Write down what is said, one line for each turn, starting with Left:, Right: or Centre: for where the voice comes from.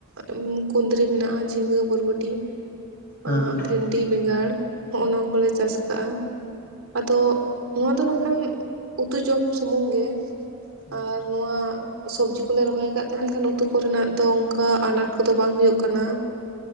Right: ᱮ ᱠᱩᱸᱱᱫᱽᱨᱤ ᱢᱮᱱᱟᱜ-ᱟ ᱡᱷᱤᱸᱜᱟᱹ ᱵᱚᱨᱵᱚᱴᱤ ᱟᱸᱜᱼᱼ
Left: ᱦᱩᱸ ᱦᱩᱸ
Right: ᱰᱤ ᱵᱮᱸᱜᱟᱲ ᱦᱚᱸᱜ ᱱᱟ ᱠᱚᱞᱮ ᱪᱟᱥ ᱠᱟᱜ-ᱟ᱾ ᱟᱫᱚ ᱱᱚᱣᱟ ᱫᱚ ᱱᱟᱠᱷᱟᱱ ᱩᱛᱩ ᱡᱚᱢ ᱥᱩᱢᱩᱝ ᱜᱮ᱾
Left: ᱟᱪᱪᱷᱟ
Right: ᱟᱨ ᱱᱚᱣᱟᱼᱼ ᱥᱚᱵᱽᱡᱤ ᱠᱚᱞᱮ ᱨᱚᱦᱚᱭ ᱠᱟᱜ ᱛᱮ ᱤᱱᱟᱹ ᱠᱷᱟᱱ ᱩᱛᱩ ᱠᱚᱨᱮ ᱱᱟᱜ ᱫᱚ ᱚᱜᱠᱟ ᱟᱱᱟᱴ ᱠᱚᱫᱚ ᱵᱟᱝ ᱦᱩᱭᱩᱜ ᱠᱟᱱᱟ᱾